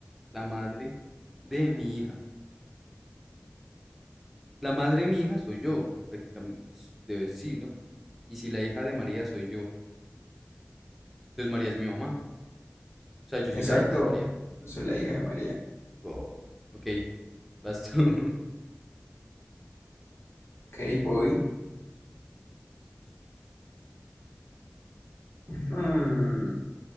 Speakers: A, in the centre; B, on the left.
A: la madre de mi hija. La madre de mi hija soy yo, prácticamente, pues debe sí, ¿no? Y si la hija de María soy yo, entonces María es mi mamá. O sea, yo
B: exacto.
A: soy la hija de María.
B: Yo soy la hija de María.
A: Bof, ok, vas tú. <laughs>
B: Ok, voy. Hmm,